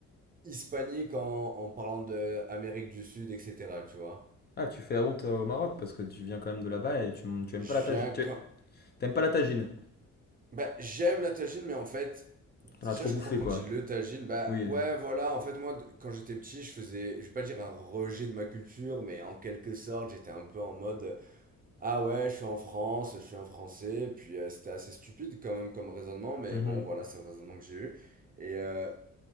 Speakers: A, on the right (about 30°); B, on the left (about 35°).
A: hispanique en, en parlant de Amérique du Sud, etc. Tu vois.
B: Ah, tu fais la honte euh, au Maroc parce que tu viens quand même de là-bas et tu, m- tu aimes
A: Je
B: pas la tagine.
A: viens
B: Tu
A: comme...
B: t'aimes pas la tagine.
A: Bah, j'aime la tagine, mais en fait,
B: T'en
A: déjà,
B: as trop
A: je
B: bouffé,
A: crois qu'on
B: quoi.
A: dit le tagine. Bah,
B: Oui.
A: ouais,
B: le-
A: voilà, en fait, moi, d- quand j'étais petit, je faisais, je vais pas dire un rejet de ma culture, mais en quelque sorte, j'étais un peu en mode, euh, ah ouais, je suis en France, je suis un Français, puis euh, c'était assez stupide quand même comme raisonnement, mais
B: Mhm.
A: bon, voilà, c'est le raisonnement que j'ai eu. Et, euh,